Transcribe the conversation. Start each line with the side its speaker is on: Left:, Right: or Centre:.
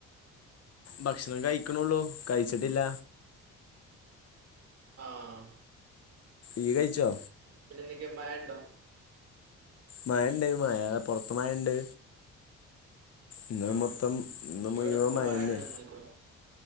Left: ഭക്ഷണം കഴിക്കണള്ളൂ കഴിച്ചിട്ടില്ല.
Right: ആഹ്.
Left: ഇയ്കഴിച്ചോ?
Right: പിന്നെന്തക്ക മഴണ്ടോ.
Left: മഴണ്ട് മഴ പൊറത്തു മഴണ്ട്. ഇന്ന്
Right: ആഹ്
Left: മൊത്തം ഇന് മുയുവൻ
Right: ഇവിടെ ഇപ്പ
Left: മയന്നെ
Right: മഴ നിന്നിക്കണു